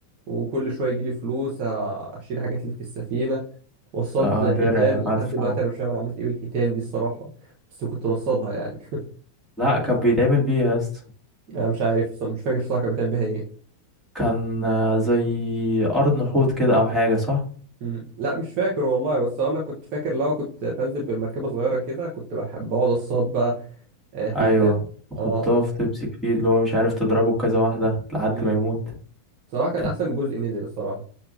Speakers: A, on the right; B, in the centre.
A: وكل شويه يجيلي فلوس آه، اشيل حاجات اللي في السفينه وصاد
B: اه
A: حيتان
B: درع
A: لحد
B: مدفع
A: دلوقتي انا مش فاهم انا عملت ايه بالحيتان دي الصراحه بس كنت بصطادها يعني
B: لا كان بيتعمل بيها يا اسطى
A: <laughs> انا مش عارف اصلا مش فاكر الصراحه كان بتعمل بيها ايه
B: كان آه، زي قرن حوت كده او حاجه صح
A: مم. لا مش فاكر والله بس انا كنت فاكر لو كنت بنزل بالمركبه صغيره كده كنت بحب اقعد اصطاد بقى آه، حيتان
B: ايوه وحطها
A: اه
B: في تمسك فيه اللي هو مش عارف تضربه بكذا واحده لحد
A: مم.
B: ما يموت
A: صراحه كان
B: كانت
A: احسن جزء نزل الصراحه